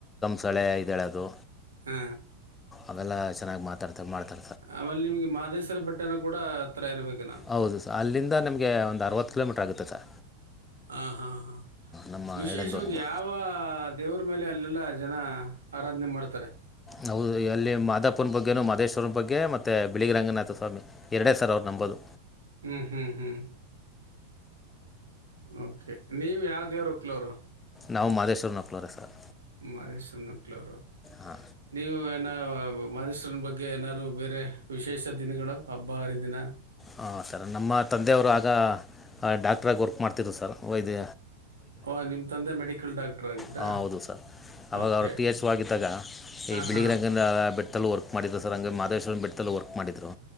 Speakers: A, on the left; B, on the right.
A: ತಳೆ ಇದ್ದಳದು
B: ಹಾ
A: ಅವೆಲ್ಲ ಚೆನ್ನಾಗಿ ಮಾತಾಡ್ತಾ ಮಾಡ್ತಾ
B: ಆಮೇಲೆ ನಿಮ್ಗೆ ಮಾದೇಶ್ವರ ಬೆಟ್ಟನ ಕೂಡ ಇರಬೇಕೇನೋ
A: ಹೌದು ಸರ್ ಅಲ್ಲಿಂದ ನಮಗೆ ಒಂದು ಅರವತ್ತು ಕಿಲೋಮೀಟರ್ ಆಗುತ್ತೆ ಸರ್
B: ಹ ಹಾ ಹ
A: ನಮ್ಮ
B: ವಿಶೇಷವಾಗಿ
A: ಎಳಂದೂರಿಂದ
B: ಯಾವ ದೇವ ಆದ ಮೇಲೆ ಅಲ್ಲೆಲ್ಲ ಜನ ಆರಾಧನೆ ಮಾಡ್ತಾರೆ
A: ನಾವುದು ಎಲ್ಲಿ ಮಾಧಪ್ಪುನ ಬಗ್ಗೊ ಮಧೇಶ್ವರನ ಬಗ್ಗೆ ಮತ್ತು ಬಿಳಗ್ಿ ರಂಗನಾಥ ಸ್ವಾಮಿ ಎರಡೇ ಸರ್ ಅವ್ರು ನಂಬೋದು
B: ಹ್ಮ್ ಹ್ಮ್ ಹ್ಮ್ ಓಕೆ ನೀವ್ ಯಾವ ದೇವ್ರುಕ್ಲೋರು
A: ನಾವು ಮಾದೇಶ್ವರ ನಕ್ಳೋರ ಸರ್
B: ಮರಿೇಶನ್ನು ಕ್ಲರ
A: ಹಾಂ
B: ನೀವು ಏನೋ ಮದಷ್ಟ್ರನ ಬಗ್ಗೆ ಏನಾದಾರೂ ಬೇರೆ ವಿಶೇಷ ದಿನಗಳು ಹಬ್ಬ ಹರಿದಿನ
A: ಹಾಂ ಸರ್ ನಮ್ಮ ತಂದೆಯವರು ಆಗ ಡಾಕ್ಟ್ರಾಗಿ ವರ್ಕ್ ಮಾಡ್ತಿದ್ರು ಸರ್ ಒದ್ಯ
B: ಓಹ ನಿಮ್ಮ ತಂದೆ ಮೆಡಿಕಲ್ ಡಾಕ್ಟ್ರ ಆಗಿದ್ರಾ
A: ಹಾಂ ಹೌದು ಸರ್ ಅವಾಗ
B: ಓಕೆ
A: ಅವ್ರು ಟಿ ಎಸ್ ವಗಿದ್ದಾಗ ಈ
B: ಹಾಂ
A: ಬಿಲ್ಡಿಂಗ್
B: ಹಾಂ
A: ರಂಗಿಂದ ಬಿಟ್ಟ ತ್ತಲುೂ ವರ್ಕ್ ಮಾಡ್ರು ಸರ್ ಹಂಗೆ ಮಾಹದೇಶ್ವರಂ ಬೆಟ್ಟಲ್ಲೂ ವರ್ಕ್ ಮಾಡಿದ್ರು